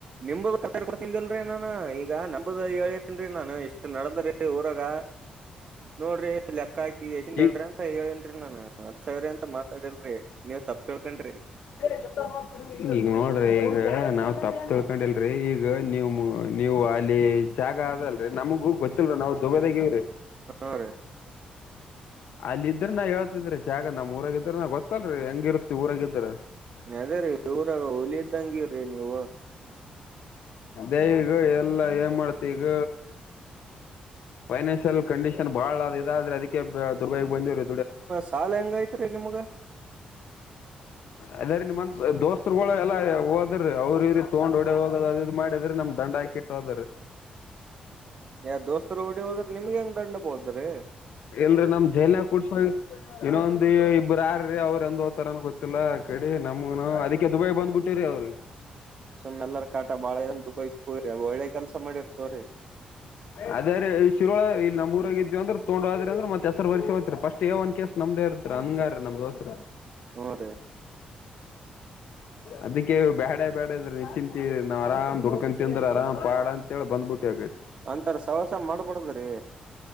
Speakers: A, on the right (about 40°); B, on the left (about 70°).
A: ನಿಮುದ ಕತ್ತರ್ಕೊತಿಂದಿಲ್ರಿ ನಾನು ಈಗ ನಂಬೋದು ಹೇಳಿ. ಏನ್ರಿ ನಾು ಇಷ್ಟ್ ನಡದ್ರಿ ಊರಾಗ ನೋಡ್ರಿ ಲೆಕ್ಕ ಹಾಕಿ ಎಸ ಹೇಳಳ್ರಿ
B: ಈಗ
A: ಅ. ಹೇಳೇನ್ರಿ ನಾನ್ ಹತ್ತು ಸಾವಿರ ಅಂತಾ ಮಾತಾಡಿಲ್ರರಿ ನೀವು ತಪ್ಪ ತಿಳ್ಕಂಡ್ರಿ
B: <inaudible> ಈಗ ನೋಡ್ರಿ ಈಗ ನಾವು ತಪ್ಪ ತಿಳ್ಕೊಂಡಿಲ್ರರಿ ಈಗ ನೀವು ನೀವು ಅಲ್ಲಿ. ಜಾಗ ಅದಲ್ ರರಿ ನಮಗೂ ಗೊತ್ತಲ್ರ ನಾವು ದುಬೈದಾಗ ಇವ್ರೀ.
A: ಹಾ ರೀ
B: <inaudible> ಅಲ್ಲ ಇದ್ರೆ ನಾ ಹೇಳ್ತಿದ್ರಿ ಜಾಗ ನಮ್ಮ ಊರಾಗಿದ್ರ ನಾವು ಗೊತ್ತಲ್ರಿ ಹೆಂಗಿರುತ್ತತಿ ಊರಾಗಿದ್ರ.
A: ಅದೇ ರೀ ಇವರು ಹುಲಿ ಇದ್ದಂಗಿರಿ ನೀವು.
B: ದೇವಿಗ ಎಲ್ಲಾ ಏನ್ ಮಾಡ್ತಿ ಈಗ. ಫೈನಾನ್ಷಿಯಲ್ ಕಂಡೀಷನ್ ಬಹಳ ಅದೆ ಆದ್ರೆ ಅದಕ್ಕೆ ದುರ್ಬಾಗಿ ಬಂದಿರು.
A: ಸಾಲ ಹೆಂಗ ಐ್ತ್ರ ನಿಮ್ಗೆ <inaudible>
B: ಅ ನಿಮ್ಮ ದೋಸ್ತರುಗಳು ಎಲ್ಲಾ ಹೋದ್ರೆ ಅವ್ರ ಇ ತಗೊಂಡ ಓಡೆ ಹೋಗೋದು ಅದು ಇದು ಮಾಡಿದ್ರೆ ನಮ್ಮ ದಂಡ ಹಾಕಿಟ್ಟು. ಸೋದರು
A: ಯಾ ದೋಸ್ತರ ಓಡಿ ಹೋದ್ರ ನಿಮ್ಗೆ ಹೆಂಗ ದಡ್ಡ ಬಿಳತರಿ.
B: ಎಲ್ರ ನಮ್ಮ ಜಲಿ ಕುಡ್ಸ. ಇನ್ನೊಂದು ಇಬ್ಬರು ಯಾರೀ ಅವ್ರು ಎಂದ್ತಾರನ್ ಗೊತ್ತಿಲ್ಲ ಕಡಿ ನಮಗನು ಅದಕ್ಕೆ ದುಬೈಗೆ ಬಂದ್ಬಿಟ್ಟು. ಟ್ಟರಿ ಅವ್ರಿ
A: ಸುಮ್ಮರ ಕಾಟಾ ಬಾಳ ಜನ್ ದುಬೈಕ್ ಹೋರಿ ಅವ ಒಳ್ಳೆ ಕೆಲ್ಸ ಮಾಡಿರ್ ತೋರರಿ.
B: ಅದೇ ಈ ಶಿರುಳ ಇಲ್ಲಿ ನಮ್ಮೂರಾಗ ಇದಿದೀ ಅಂದ್ರೆ ತೊಂಡದ್ರ ಅಂದ್ರೆ ಮತ್ತ ಹೆಸರು ಬರಿಸಸಿ ಹೋಗ್ರಿ ಪೇಸ್ಟ್. ಷ್ಟೇ ಒಂದ ಕೆೇಸ ನಮ್ದೇ ಇರ್ತ್ ಹನ್ಂಗಾರ ನಮ ದೋಸ್.
A: ಹ್ಞೂ ರೀ <inaudible>
B: ಅದಕ್ಕೆ ಬ್ಯಾಡ ಬ್ಯಾಡ ಇದ್ರೆ ನಿಚಿಂತ ನಾ ಆರಾಮ್ ದುಡ್ಕಂತ ತಿಂದ್ರ ಆರಾಮ್ ಪಾಡ. ಇಲ್ಲ ಬಂದ್ ಬಿಟ್ಟು ಹೇಳ್ರಿ
A: ಅಂತರ ಸವಸ ಮಾಡ್ಬಡದ್ರೀ.